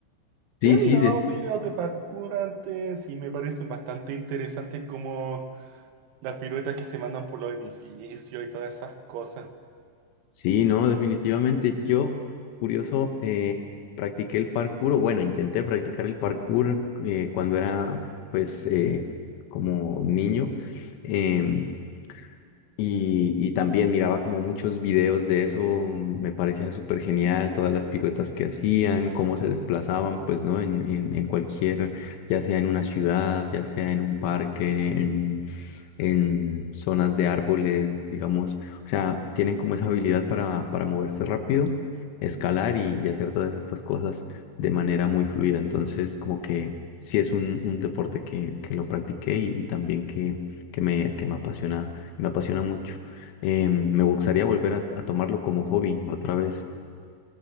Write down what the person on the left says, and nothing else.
Sí,
sí,
de,
Sí, no, definitivamente. Yo, curioso, eh, practiqué el parkour, o bueno, intenté practicar el parkour eh, cuando era, pues, eh, como niño. em, y, y también miraba como muchos videos de eso, mm, me parecía súper genial, todas las piruetas que hacían, cómo se desplazaban, pues, ¿no? En, en, en cualquier, ya sea en una ciudad, ya sea en un parque, en zonas de árboles, digamos. O sea, tienen como esa habilidad para, para moverse rápido, escalar y, y hacer todas estas cosas de manera muy fluida. Entonces, como que sí es un, un deporte que, que lo practiqué y, y también que, que me, que me apasiona, me apasiona mucho. Em, me gustaría volver
a, a tomarlo como hobby otra vez.